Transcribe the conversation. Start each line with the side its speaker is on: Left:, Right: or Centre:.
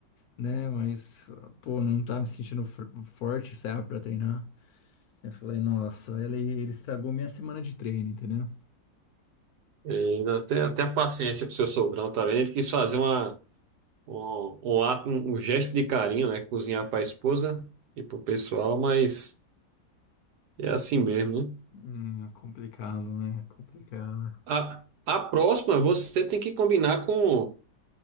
Left: né? Mas, pô, não tá me sentindo fr- forte, sabe, pra treinar. Eu falei, nossa, ele, ele estragou minha semana de treino, entendeu?
Right: E até, até a paciência pro seu sogrão, tá vendo? Ele quis fazer uma, um, um ato, um um gesto de carinho, né? Cozinhar pra esposa e pro pessoal, mas é assim mesmo, né?
Left: Hum, complicado, né? Complicado.
Right: A, a próxima você tem que combinar com,